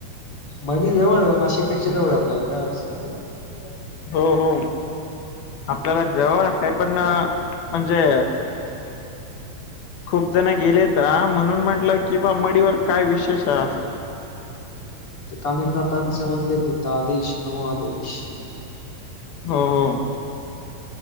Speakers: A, on the left; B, on the left.
A: मंढी जवळं ये नाशिक पेक्षा जवळं आहे आपल्यांला कायं अडचंण नाहीं
B: हो हो आपल्यांला जवळं आहे पणं म्हणंजे खूंप जणं गेलेतं म्हणूंन म्हटलं की बां मंढीवर कायं विशेष आहे असं
A: कानिफनाथ चं मंदीर आहे तिथं आदेश नवो आदेश
B: हम्मं